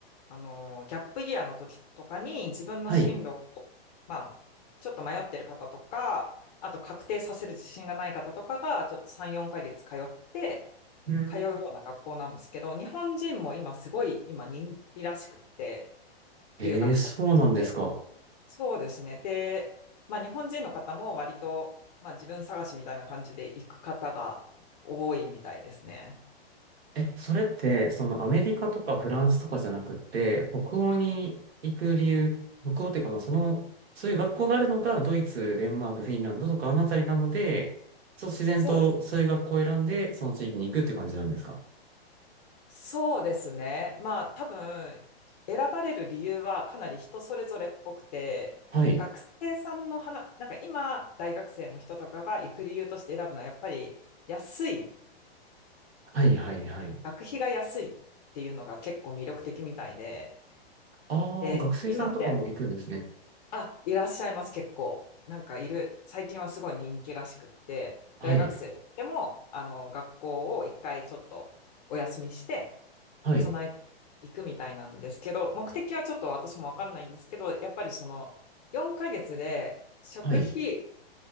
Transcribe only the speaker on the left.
あの、ギャップイヤーの時とかに自分の進路を、
まあ、ちょっと迷ってる方とか、あと確定させる自信がない方とかが、ちょっと3、4ヶ月通って、
通うような学校なんですけど、日本人も今すごい、今人気らしくって、
留学先として。
そうですね。で、まあ日本人の方も割と、まあ自分探しみたいな感じで行く方が多いみたいですね。
そうです
そうですね。まあ多分選ばれる理由はかなり人それぞれっぽくて、
学生さんの話、なんか今大学生の人とかが行く理由として選ぶのはやっぱり安い、
学費が安いっていうのが結構魅力的みたいで、
で、
今って、あ、いらっしゃいます結構。なんかいる、最近はすごい人気らしくって、
大学生でもあの学校を一回ちょっとお休みして、
備え、行くみたいなんですけど、目的はちょっと私もわかんないんですけど、やっぱりその4ヶ月で食費、